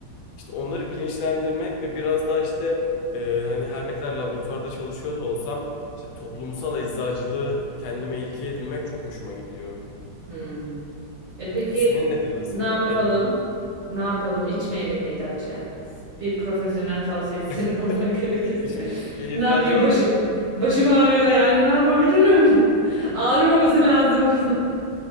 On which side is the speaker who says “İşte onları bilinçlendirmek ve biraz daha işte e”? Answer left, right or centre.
Left